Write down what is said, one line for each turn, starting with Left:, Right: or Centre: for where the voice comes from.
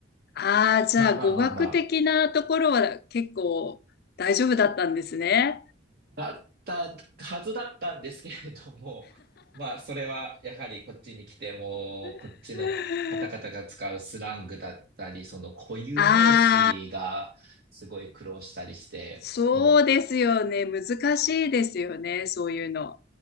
Left: ああ、じゃあ語学的なところは結構大丈夫だったんですね。
Right: まあまあまあまだったはずだったんですけれども、<laughs> まあ、それはやはりこっちに来ても、こっちの方々が使うスラングだったり、
Left: <laughs>
Right: その固有名詞がすごい苦労したりして、
Left: ああ、そうですよね。
Right: もう、
Left: 難しいですよね。そういうの。